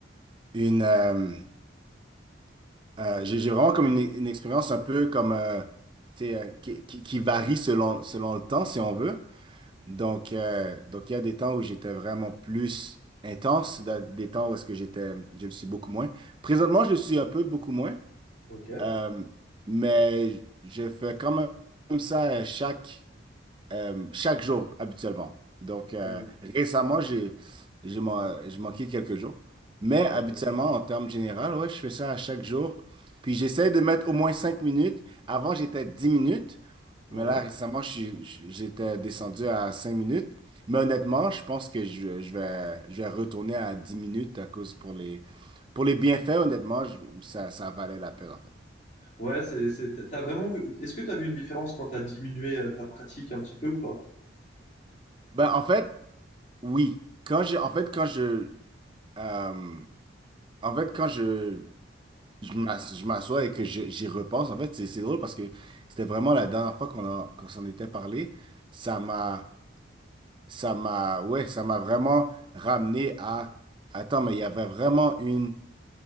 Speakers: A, on the right; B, on the left.
A: une, euh, euh, j'ai j'ai vraiment comme une, une expérience un peu comme euh, tu sais, euh, qui, qui, qui varie selon, selon le temps, si on veut. Donc, euh, donc il y a des temps où j'étais vraiment plus intense, da- des temps où est-ce que j'étais, je le suis beaucoup moins. Présentement, je le suis un peu beaucoup moins,
B: Ok.
A: euh, mais je fais quand même ça euh, chaque euh, chaque jour habituellement. Donc euh,
B: Hmm,
A: récemment, j'ai j'ai man- j'ai manqué quelques jours. Mais
B: ok.
A: habituellement, en termes généraux, ouais, je fais ça à chaque jour. Puis j'essaie de mettre au moins 5 minutes. Avant, j'étais à 10 minutes.
B: Ouais.
A: Mais là, récemment, je suis- je- j'étais descendu à 5 minutes. Mais honnêtement, je pense que je, je vais, je vais retourner à 10 minutes à cause pour les, pour les bienfaits, honnêtement, je- ça, ça valait la peine en fait.
B: Ouais, c'est, c'est, t'as vraiment vu... Est-ce que tu as vu une différence quand tu as diminué euh, ta pratique un petit peu ou pas?
A: Ben, en fait, oui. Quand j'ai, en fait, quand je, euh, En fait, quand je, je m'as- je m'assois et que je- j'y repense, en fait, c'est c'est drôle parce que c'était vraiment la dernière fois qu'on en- qu'on s'en était parlé. Ça m'a, ça m'a, ouais, ça m'a vraiment ramené à, attends, mais il y avait vraiment une,